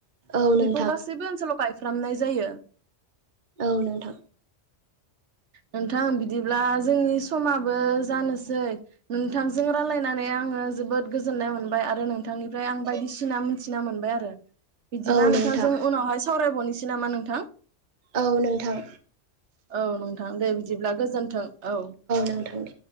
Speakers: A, on the right; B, on the right.
A: औ नोंथां
B: बेखौ गासैबो ओनसोलाव गाय फ्रामनाय थारो।
A: औ नोंथां
B: नोंथां बिदिब्ला जोंनि समाबो जानोसै नोंथांजों रायलायनानै आङो जोबोद गोजोननाय मोनबाय आरो नोंथांनिफ्राय आं बायदिसिना मिथिना मोनबाय आरो। बिदिबा
A: औ नोंथां
B: नोंथांजों उनावहाय सावरायबावनो सै नामा नोंथां?
A: औ नोंथां।
B: औ नोंथां दे बिदिब्ला गोजोन्थों औ।
A: नोंथां दे